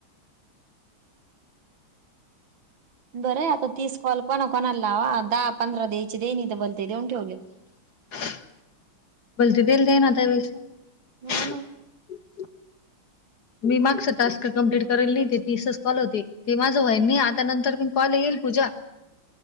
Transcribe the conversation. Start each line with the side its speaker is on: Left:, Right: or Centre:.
Right: बरेय आता तीस कॉल कोणा कोणाला लावा. दहा पंधरा द्यायची देणी तर बलते देऊन ठेवले.
Left: <unintelligible>
Right: हा ना
Left: मी मागचं टास्क कम्प्लीट करेल नाही ते तीसच कॉल होते ते माझं वयना आता नंतर मी कॉल येल. पूजा